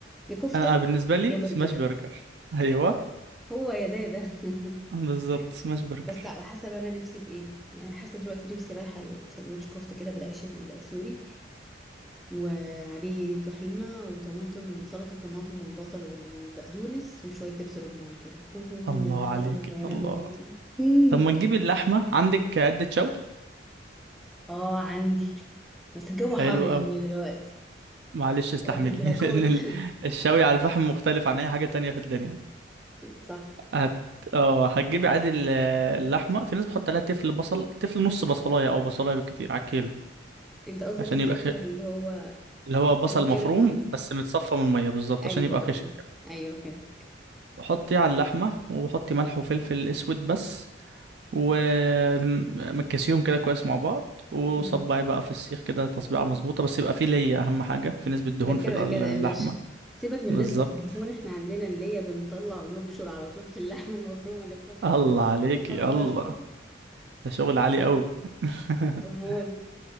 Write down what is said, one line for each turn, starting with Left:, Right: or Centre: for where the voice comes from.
Centre: يا كفتة
Right: انا أنا بالنسبه لي
Centre: يا برجر
Right: سماش برجر ايوه
Centre: هو يا ده يا ده <laughs>
Right: بالظبط سماش برجر
Centre: بس على حسب انا نفسي في ايه يعني حاسه دلوقتي نفسي رايحه لساندوتش كفته كده بالعيش السوري وعليه طحينه وطماطم سلطه الطماطم والبصل والبقدونس وشويه دبس رمان كده اوه
Right: الله
Centre: يا لهوي
Right: عليك
Centre: يا لهوي يا
Right: الله
Centre: لهوي <laughs> مم.
Right: طب ما تجيب اللحمه عندك عده شوي
Centre: اه عندي بس الجو
Right: حلو
Centre: حر يا ابني دلوقتي
Right: معلش استحملي
Centre: ولا في البلكونه
Right: <laughs> لان ال- الشوي على الفحم مختلف عن اي حاجه تانية في الدنيا
Centre: <laughs> صح
Right: هت اه هتجيبي عادي ال- اللحمه في ناس بتحط عليها تفل بصل تفل نص بصلايه او بصلايه بالكتير على الكيلو
Centre: انت قصدك
Right: عشان
Centre: التفل
Right: يبقى خ...
Centre: اللي هو
Right: اللي هو بصل
Centre: من غير
Right: مفروم
Centre: الميه
Right: بس متصفى من الميه بالظبط
Centre: ايوه
Right: عشان يبقى خشن
Centre: اه لم-
Right: كده
Centre: ايوه فهمت
Right: حطي على اللحمه وحطي ملح وفلفل اسود بس ومكسيهم كده كويس مع بعض وصبعي
Centre: مم.
Right: بقى في السيخ كده تصبيعه مظبوطه بس يبقى فيه ليا اهم حاجه في نسبه دهون
Centre: ده كده
Right: في ال-
Centre: كده
Right: اللحمه
Centre: يا باشا سيبك من
Right: بالظبط
Centre: نسبة الدهون احنا عندنا اللي هي بنطلع ونبشر على طول في اللحمة المفرومة للكفتة
Right: الله
Centre: <laughs>
Right: عليكي
Centre: تتهزر
Right: الله
Centre: <laughs>
Right: ده شغل عالي قوي <laughs>
Centre: امال